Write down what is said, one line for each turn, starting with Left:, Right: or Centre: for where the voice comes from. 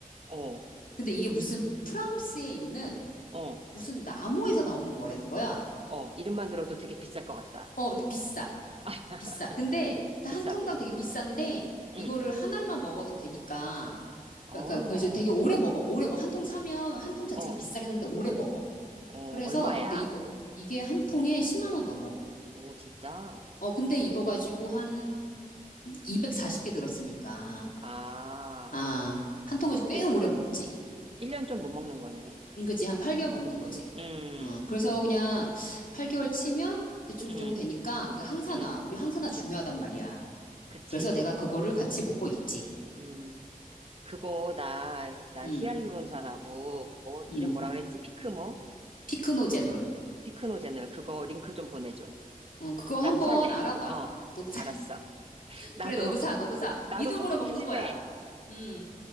Right: 어,
Left: 근데 이게 무슨 프랑스에 있는
Right: 어,
Left: 무슨 나무에서 나오는 거라는 거야.
Right: 어. 이름만 들어도 되게 비쌀 것 같다.
Left: 어, 비싸.
Right: <laughs>
Left: 비싸. 근데 한
Right: 비싸군.
Left: 통당 되게 비싼데
Right: 응,
Left: 이거를 한 알만 먹어서 되니까.
Right: 어.
Left: 그러니까 그래서 되게 오래 먹어. 오래 먹어. 한 통 사면 한 통 자체가
Right: 어,
Left: 비싸긴 한데 오래 먹어.
Right: 어,
Left: 그래서
Right: 얼마야?
Left: 근데 이거 이게 한 통에 10만 원 넘어.
Right: 오, 진짜?
Left: 어, 근데 이거 가지고 한 240개 들었으니까.
Right: 아,
Left: 아, 한 통까지 꽤
Right: 일
Left: 오래 먹지.
Right: 1년 좀 못 먹는 거네.
Left: 응, 그치. 한 8개월 먹는 거지.
Right: 음,
Left: 어, 그래서 그냥 8개월 치면 대충 그
Right: 음,
Left: 정도 되니까 그 항산화,
Right: 음,
Left: 우리 항산화 중요하단 말이야.
Right: 그치.
Left: 그래서 내가 그거를 같이 먹고 있지.
Right: 음, 그거, 나, 나
Left: 응,
Right: 히알루론산하고, 그 뭐, 이름
Left: 응.
Right: 뭐라 그랬지? 피크모?
Left: 피크노제놀.
Right: 피크노제놀. 그거 링크 좀 보내줘.
Left: 어, 그거 한번
Right: 나도 살래.
Left: 알아봐.
Right: 어,
Left: 너도, 사-
Right: 알았어.
Left: <laughs>
Right: 나도,
Left: 그래, 너도 사, 너도 사.
Right: 나도
Left: 믿음으로
Right: 촉촉해질래.
Left: 먹는 거야. 응.